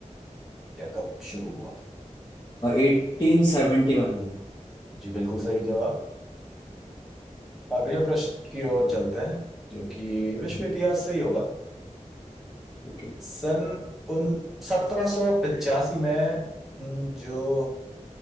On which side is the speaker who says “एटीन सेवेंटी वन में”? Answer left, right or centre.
Left